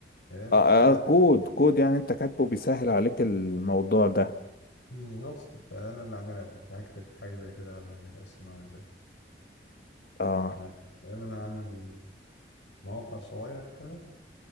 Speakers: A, on the left; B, on the left.
A: فاهم
B: آه
A: فأنا
B: آه كود كود يعني انت كاتبه بيسهل عليك الموضوع ده
A: بالظبط فأنا اللي عاملها كنت هكتب حاجة زي كده على الذكاء الصناعي إزاي
B: اه
A: يعني فاهم؟ أنا عامل موقع صغير كده